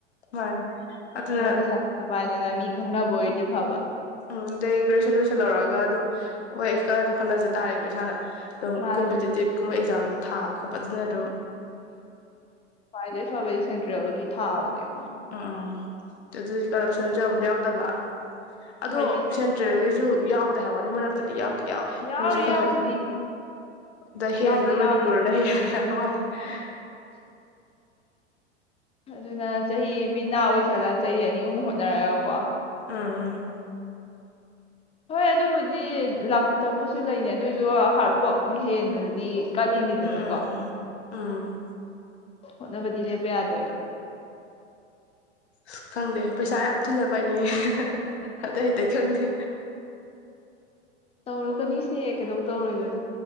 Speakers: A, on the left; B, on the left.
A: ꯃꯥꯅꯤ ꯑꯗꯨꯅ
B: ꯑꯩꯈꯣꯏꯅ ꯄꯩꯁꯥ ꯅꯨꯡꯁꯥ ꯄꯥꯏꯗꯅ ꯃꯤ ꯈꯪꯅꯕ ꯑꯣꯏ ꯗꯤ ꯐꯕ
A: ꯎꯝ ꯑꯗꯩ ꯒ꯭ꯔꯦꯖꯨꯑꯦꯁꯟ ꯂꯣꯏꯁꯜꯂꯧꯔꯒ ꯑꯗꯨꯝ ꯍꯣꯏ ꯈꯔꯗꯤ ꯍꯣꯠꯅꯖ ꯇꯥꯔꯦꯀꯣ ꯏꯁꯥꯅ ꯎ
B: ꯃꯥꯅꯦ
A: ꯀꯨꯝꯕꯇꯤꯇꯤꯞ ꯀꯨꯝ ꯑꯦꯛ ꯑꯦꯖꯥꯝ ꯊꯥꯕ ꯈꯣꯠꯄ ꯑꯗꯨꯅꯗꯨꯝ
B: ꯈꯋꯥꯏꯗꯩ ꯐꯕꯗꯤ ꯁꯦꯟꯇ꯭ꯔꯦꯜꯒꯤ ꯊꯥꯕꯖꯦ ꯀꯣ
A: ꯎꯝ ꯎꯝ ꯑꯗꯨꯗꯤ ꯀꯔꯞꯁꯟꯁꯨ ꯌꯥꯝ ꯌꯥꯎꯗꯕ ꯑꯗꯣ
B: ꯍꯥꯏꯗꯤ
A: ꯁꯦꯟꯇ꯭ꯔꯦꯜ ꯁꯨ ꯌꯥꯎꯗꯦ ꯍꯥꯏ ꯋꯥꯅꯤ ꯃꯔꯛꯇꯗꯤ ꯌꯥꯎꯗꯤ ꯌꯥꯎꯋꯦ
B: ꯌꯥꯎꯔꯤ
A: ꯃꯣꯏꯁꯨ ꯈ
B: ꯌꯥꯎꯕꯨꯗꯤ
A: ꯈꯗꯤ ꯑꯗ ꯍꯦꯟꯕꯅ
B: ꯌꯥꯎꯗꯤ ꯌꯥꯎꯔꯤꯅꯤ
A: ꯃꯅꯤꯄꯨꯔꯅ ꯍꯦꯜꯂꯦꯕ <unintelligible>
B: ꯑꯗꯨꯅ ꯆꯍꯤ ꯃꯤꯠ ꯅꯥ ꯑꯣꯏꯁꯜꯂ ꯆꯍꯤ ꯑꯅꯤ ꯑꯍꯨꯝ ꯍꯣꯠꯅꯔꯒꯀꯣ
A: ꯎꯝ ꯎꯝ
B: ꯍꯣꯏ ꯑꯗꯨꯕꯨꯗꯤ ꯂꯥꯛꯇꯕꯁꯨ ꯂꯩꯅꯦ ꯑꯗꯨꯑꯣꯏꯁꯨ ꯍꯥꯔꯠ ꯋꯥꯔꯛꯅ ꯍꯦꯟꯅꯗꯤ ꯀꯜꯂꯤꯅꯤꯗꯅꯀꯣ
A: ꯎ ꯎꯝ ꯎꯝ
B: ꯍꯣꯠꯅꯕꯗꯤ ꯂꯦꯞꯄ ꯌꯥꯗꯦꯕ
A: ꯁ ꯈꯪꯗꯦ ꯄꯩꯁꯥ ꯌꯥꯝ ꯊꯨꯅ ꯄꯥꯏꯅꯤꯡꯉꯦ ꯑꯇꯩ ꯑꯇꯩ ꯈꯪꯗꯦ
B: ꯇꯧꯔꯛꯀꯅꯤ ꯁꯦ ꯀꯩꯗꯧ ꯇꯧꯔꯣꯏꯗꯣꯏꯅꯣ